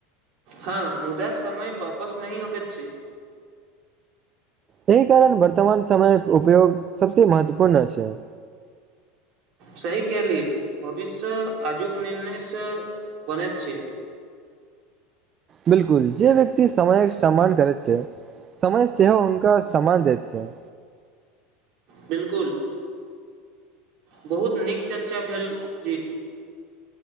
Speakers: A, on the right; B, on the right.
A: हँ मुदा समय वापस नहिह आब छैय।
B: एहि कारण वर्तमान समय उपयोग सबस महत्वपूर्ण छैय।
A: सही कहलिए! भविष्य आजुक निर्णयसँ बनैत छैय।
B: बिलकुल, जे व्यक्ति समयके सम्मान करैत छैये, समय सेहो हुनकर सम्मान दैत छैय।
A: बिलकुल, बहुत नीक चर्चा भेल जी।